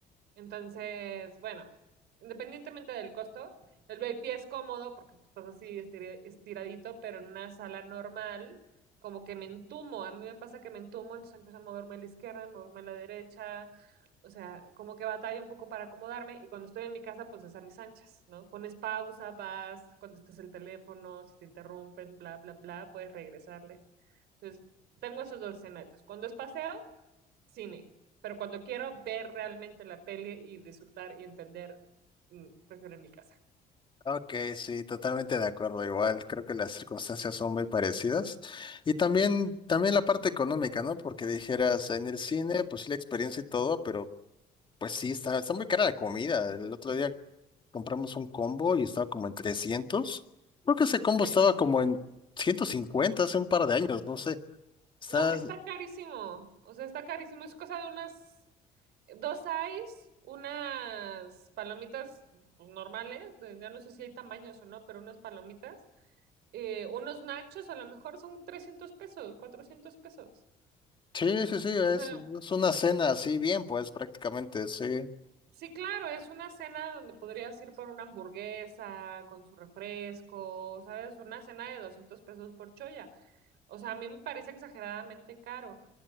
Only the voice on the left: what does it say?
Ok, sí, totalmente de acuerdo. Igual creo que las circunstancias son muy parecidas. Y también, también la parte económica, ¿no? Porque dijeras en el cine, pues sí, la experiencia y todo, pero pues sí, está, está muy cara la comida. El otro día compramos un combo y estaba como en 300. Creo que ese combo
estaba como en 150 hace un par de años, no sé. Está,
sí, sí, sí, es,
es una cena así bien, pues prácticamente, sí.